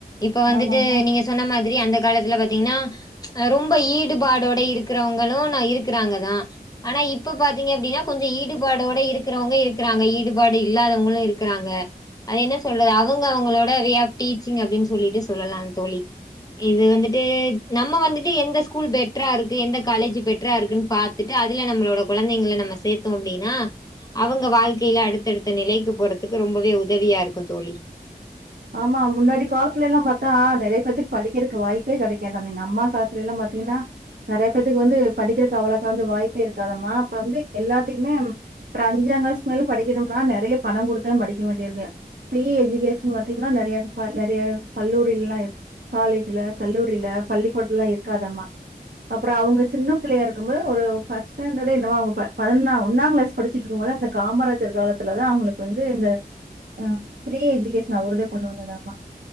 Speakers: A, on the left (about 20°); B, on the right (about 75°).
A: இப்ப வந்துட்டு
B: ஆமாமா.
A: நீங்க சொன்ன மாதிரி அந்த காலத்துல பாத்தீங்கன்னா ரொம்ப ஈடுபாடோட இருக்கறவங்களு நா இருக்கறாங்கதா ஆனா இப்ப பாத்தீங்க அப்டின்னா கொஞ்சோ ஈடுபாடோட இருக்றவங்க இருக்கறாங்க ஈ டுபாடு இல்லாதவங்களு இருக்கறாங்க அது என்ன சொல்றது அவங்க அவங்களோட வே ஆப் டீச்சிங் அப்டின்னு சொல்லிட்டு சொல்லலா தோழி இது வந்துட்டு நம்ம வந்துட்டு எந்த ஸ்கூல் பெட்டரா இருக்கு எந்த காலேஜ் பெட்டரா இருக்குன்னு பாத் துட்டு அதுல நம்மளோட குழந்தைங்கள நம்ம சேத்தோ அப்டின்னா அவங்க வாழ்க்க கில அடுத்தடுத்த நிலைக்கு போறதுக்கு ரொம்பவே உதவியா இருக்கு தோழி
B: ஆமா முன்னாடி காலத்துல எல்லா பாத்தா நெறைய பேத்துக்கு படிக்கறக்கு வாய்ப்பே கெடைக்காதாமா எங்க அம்மா காலத்துல எல்லா பாத்தீங்கன்னா நெறையா பேர்த்துக்கு வந்து படிக்கறக்கு அவ்ளவுக்கா வந்து வாய்ப்பே இருக்காதாம்மா அப்ப வந்து எல்லாத்துக்குமே அப்ரோ அஞ்சாங் கிளாஸ் மேல படிக்கணும்னா நெறைய பணம் கொடுத்தா படிக்க வேண்டியிருக்கு ஃப்ரீ எஜுகேஸ் ன் பாத்தீங்னா நெறைய பா நெறைய கல்லூரில எல்லா இருக் காலேஜ்ல கல்லூரில பள்ளி கூடத்துல இருக்காதாமா அப்ரோ அவங்க சின்ன பிள்ளையா இருக்கும்போபது ஒரு பஸ்ட்டாண்டர்டா என்னவோ அவங்க பா பதினொன்னா ஒன்னாங் கிளாஸ் படிச்சிட்ருக்கும் போது அந்த காமராஜர் காலத்துலதா அவுங்களுக்கு வந்து இந்த அ ப்ரீ எஜூகேஷன் அவர்தே கொண்டு வந்ததாமா